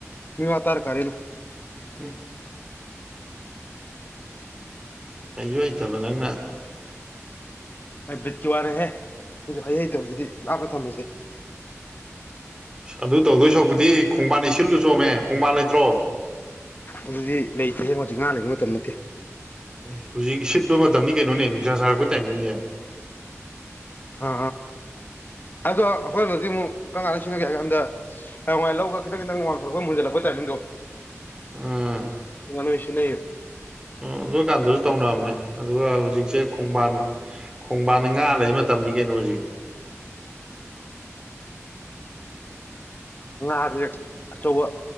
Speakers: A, on the left; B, on the right.
A: ꯃꯤ ꯋꯥ ꯇꯥꯔ ꯀꯥꯔꯤꯅ
B: ꯎꯝ ꯍꯩꯁꯨ ꯍꯇꯕ ꯅꯪꯅ
A: ꯑꯩ ꯕ꯭ꯔꯤꯖꯀꯤ ꯋꯥꯔꯦꯍꯦ ꯅꯁꯨ ꯍꯩ ꯍꯩꯇꯕꯗꯨꯗꯤ ꯂꯥꯞꯅ ꯊꯝꯃꯁꯦ
B: ꯑꯗꯨ ꯇꯧꯗꯣꯏ ꯁꯄꯨꯗꯤ ꯈꯣꯡꯕꯥꯟ ꯏꯁꯤꯜꯂꯨ ꯆꯣꯝꯃꯦ ꯈꯣꯡꯕꯥꯟ ꯂꯩꯇ꯭ꯔꯣ
A: ꯑꯗꯨꯗꯤ ꯂꯩꯇꯦ ꯍꯦꯉꯣ ꯍꯧꯖꯤꯛ ꯉꯥ ꯂꯩꯕ ꯃꯇꯝ ꯅꯠꯇꯦ
B: ꯑꯦ ꯍꯧꯖꯤꯛ ꯁꯤꯠꯄ ꯃꯇꯝ ꯀꯩꯅꯣꯅꯦ ꯅꯨꯡꯁꯥ ꯁꯥꯔꯛꯄ ꯇꯥꯏꯃꯤꯡꯁꯦ
A: ꯑ ꯑꯗꯣ ꯑꯩꯈꯣꯏꯅꯗꯤ ꯑꯃꯨꯛ ꯀꯔꯀꯥꯟꯗ ꯁꯤꯖꯤꯟꯅꯒꯦ ꯍꯥꯏ ꯀꯥꯟꯗ ꯍꯉꯥꯏ ꯂꯧꯒ ꯈꯤꯪꯟꯇꯪ ꯋꯥꯡꯊꯣꯔꯄꯨꯜꯂꯄ ꯇꯥꯏꯃꯤꯡꯣ
B: ꯑꯥ
A: ꯏꯅ ꯃꯁꯤꯤꯟ
B: ꯑꯗꯨ ꯑꯣꯏꯀꯥꯟꯗꯁꯨ ꯇꯧꯅꯕꯅꯦ ꯑꯗꯨꯒ ꯍꯧꯖꯤꯛꯁꯦ ꯈꯣꯡꯕꯥꯟ ꯈꯣꯡꯕꯥꯟ ꯉꯥ ꯂꯩꯕ ꯃꯇꯝꯅꯤ ꯀꯩꯅꯣ ꯍꯧꯖꯤꯛꯁꯦ
A: ꯉꯥꯁꯦꯦꯛ ꯑꯆꯧꯕ